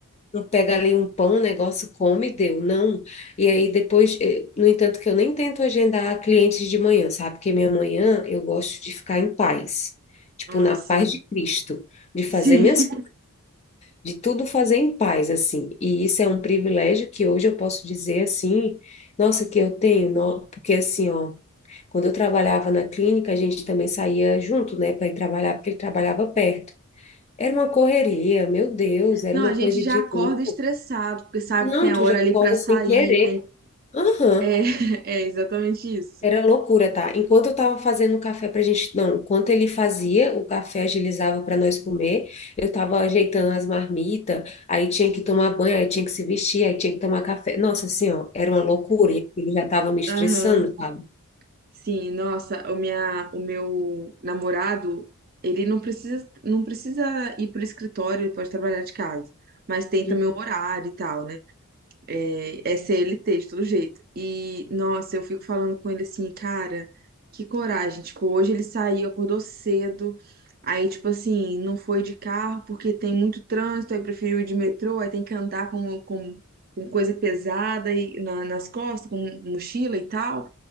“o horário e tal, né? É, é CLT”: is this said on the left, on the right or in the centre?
Right